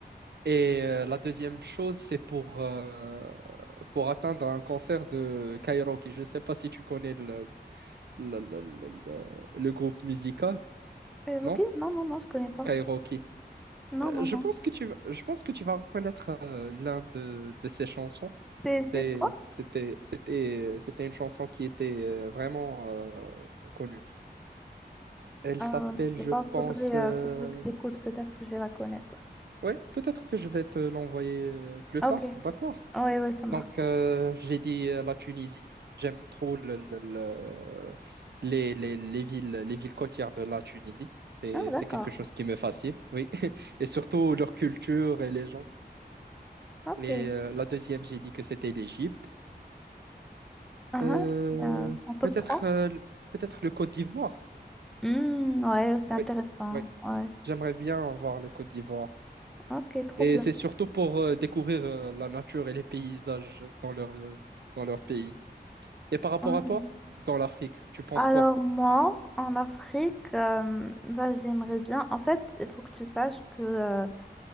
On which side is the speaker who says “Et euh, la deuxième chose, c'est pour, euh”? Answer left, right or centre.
Right